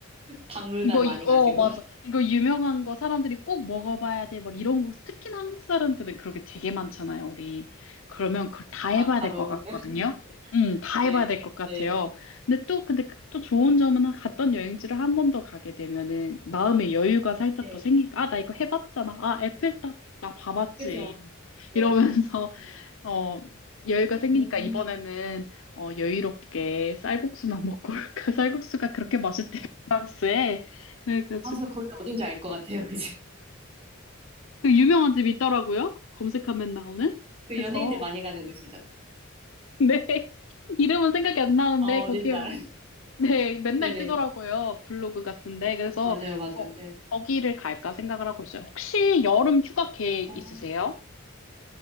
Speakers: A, on the right; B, on the left.
A: 박물관
B: 이거,
A: 많이
B: 이- 어,
A: 가시고,
B: 맞아.
A: <laughs>
B: 이거 유명한 거 사람들이 꼭 먹어봐야 돼. 막 이런 거, 특히 한국 사람들은 그렇게 되게 많잖아요, 우리. 그러면 그걸 다 해봐야
A: 마카롱,
B: 될 것 같거든요?
A: <laughs>
B: 음, 다
A: 네,
B: 해봐야 될 것 같아요.
A: 네,
B: 근데 또, 근데 그또 좋은 점은 갔던 여행지를 한 번 더 가게 되면은 마음의 여유가 살짝
A: 네.
B: 더 생기니까, 아, 나 이거 해봤잖아. 아, 에펠탑, 나 봐봤지.
A: 그죠? 네.
B: 이러면서
A: 음,
B: 어, 여유가 생기니까
A: 음.
B: 이번에는 어, 여유롭게 쌀국수만 먹고 올까? <laughs> 쌀국수가 그렇게 맛있대요, 프랑스에. 네, 그래서
A: 맞아. 거기 어딘지 알 것 같아요. <laughs> 그지
B: 그 유명한 집이 있더라고요. 검색하면 나오는.
A: 그
B: 그래서
A: 연예인들 많이 가는 곳이죠.
B: <laughs> 네, 이름은 생각이 안 나는데
A: 어, 어딘지
B: 거기요.
A: 알아요. <laughs>
B: 네, 맨날
A: 네네.
B: 뜨더라고요. 블로그 같은데. 그래서
A: 맞아요, 맞아요.
B: 어,
A: 네.
B: 거기를 갈까 생각을 하고 있어요. 혹시 여름 휴가 계획
A: 어,
B: 있으세요?